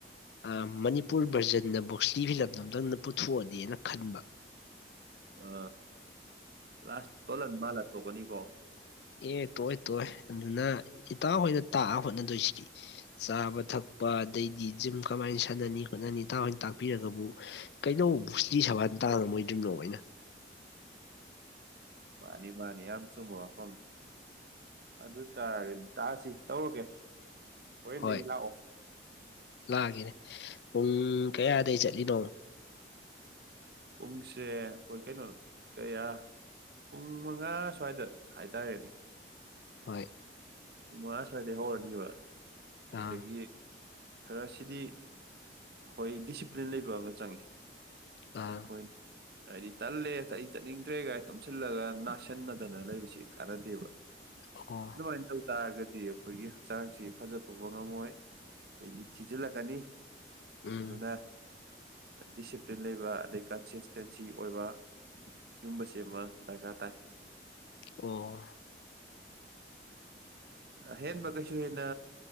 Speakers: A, on the left; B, on the right.
A: ꯑ ꯃꯅꯤꯄꯨꯔ ꯚꯔꯖꯟꯅ ꯕꯣꯛꯁꯂꯤ ꯐꯤꯂꯝꯗꯨ ꯑꯝꯇꯪꯅ ꯄꯨꯊꯣꯛꯑꯗꯤꯅ ꯈꯟꯕ
B: ꯑ ꯂꯥꯁ ꯇꯣꯂꯜ ꯃꯥꯜꯂ ꯇꯣꯛꯀꯅꯤ ꯀꯣ
A: ꯑꯦ ꯇꯣꯛꯑꯣꯏ ꯇꯣꯏ ꯑꯗꯨꯅ ꯏꯇꯥꯎ ꯍꯣꯏꯅ ꯇꯥꯛꯑ ꯍꯣꯠꯅꯗꯣꯏꯁꯤꯗꯤ ꯆꯥꯕ ꯊꯛ ꯀꯄ ꯑꯗꯩꯗꯤ ꯖꯤꯝ ꯀꯃꯥꯏꯅ ꯁꯥꯟꯅꯅꯤ ꯈꯣꯠꯅꯅꯤ ꯇꯧꯔ ꯇꯥꯛ ꯄꯤꯔꯒꯕꯨ ꯀꯩꯗꯧ ꯕꯨꯁꯂꯤ ꯁꯕꯥꯟ ꯇꯥꯉꯝꯃꯣꯏꯗꯣꯏꯅꯣ ꯑꯩꯅ
B: ꯃꯥꯅꯤ ꯃꯥꯅꯤ ꯌꯥꯝ ꯆꯨꯝꯕ ꯋꯥꯐꯝ ꯑꯗꯨ ꯇꯥꯔꯒꯗꯤ ꯗꯥꯟꯁ ꯍꯦꯛꯇ ꯇꯧꯔꯒꯦ ꯍꯣꯔꯦꯟꯗꯒꯤ
A: ꯍꯣꯏ
B: ꯂꯥꯛꯑꯣ
A: ꯂꯥꯛꯑꯒꯦꯅꯦ ꯄꯨꯡ ꯀꯌꯥꯗꯒꯤ ꯆꯠꯂꯤꯅꯣ ꯎ <unintelligible>
B: ꯄꯨꯡꯁꯦ ꯑꯩꯈꯣꯏ ꯀꯩꯅꯣ ꯀꯌꯥ ꯄꯨꯡ ꯃꯉꯥ ꯁ꯭ꯋꯥꯏꯗ ꯍꯥꯏꯇꯥꯔꯦꯅꯦ
A: ꯍꯣꯏ
B: ꯄꯨꯡ ꯃꯉꯥ ꯁ꯭ꯋꯥꯏꯗꯩ ꯍꯧꯔꯅꯤꯕ ꯑꯗꯒꯤ
A: ꯑꯥ
B: ꯈꯔ ꯁꯤꯗꯤ ꯑꯩꯈꯣꯏ ꯗꯤꯁꯤꯄ꯭ꯂꯤꯟ ꯂꯩꯕ ꯑꯃ ꯆꯪꯏ
A: ꯑꯥ
B: ꯑꯩꯈꯣꯏ ꯍꯥꯏꯗꯤ ꯇꯟꯂꯦ ꯑꯩ ꯆꯠꯅꯤꯡꯗ꯭ꯔꯦꯒꯥꯏ ꯇꯨꯝꯁꯤꯜꯂꯒ ꯅꯥꯁꯤꯟꯅꯗꯅ ꯂꯩꯕꯁꯤ ꯀꯥꯟꯅꯗꯦꯕ
A: ꯑꯣꯑꯣ
B: ꯍꯣꯔꯦꯡ ꯇꯧ ꯇꯥꯔꯒꯗꯤ ꯑꯩꯈꯣꯏꯒꯤ ꯍꯛꯆꯥꯡꯁꯤ ꯐꯖꯊꯣꯛꯄ ꯉꯝꯃꯣꯏ ꯑꯗꯩꯗꯤ ꯊꯤꯖꯤꯜꯂꯛꯀꯅꯤ
A: ꯎꯝ
B: ꯑꯗꯨꯅ ꯗꯤꯁꯤꯄ꯭ꯂꯤꯟ ꯂꯩꯕ ꯑꯗꯩ ꯀꯟꯁꯤꯁꯇꯦꯟꯁꯤ ꯑꯣꯏꯕ ꯁꯤꯎꯝꯕꯁꯤꯃ ꯗꯔꯀꯥꯔ ꯇꯥꯏ
A: ꯑꯣ
B: ꯑꯍꯦꯟꯕꯗꯩꯁꯨ ꯍꯦꯟꯅ